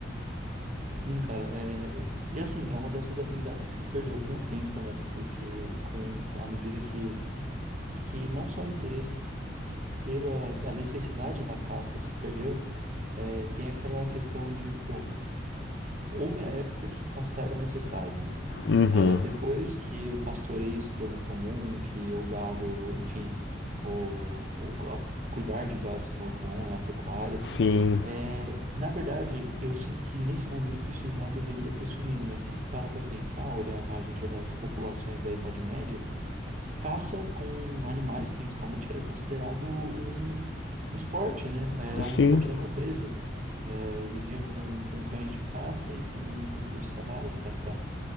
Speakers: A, on the right; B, on the left.
A: Sim, cara, é, e assim, é uma dessas habilidades que se perdeu com o tempo, né? Porque com com a medida que, que não só o interesse pela a necessidade da caça se perdeu, é, tem aquela questão de, pô, houve a época que caçar era necessário, né?
B: Uhum.
A: É, depois que o pastoreio se tornou comum, que o gado, enfim, o, o a- cuidar de gado se tornou comum, né? A pecuária.
B: Sim,
A: É, na verdade, eu sinto que nesse momento isso já deveria ter sumido, mas se para para pensar, olhar, a gente olhar as populações da Idade Média, caça com animais, principalmente, era considerado um, um esporte, né? Era
B: sim.
A: um esporte da nobreza. É, eles iam com, com cães de caça e com os cavalos caçar.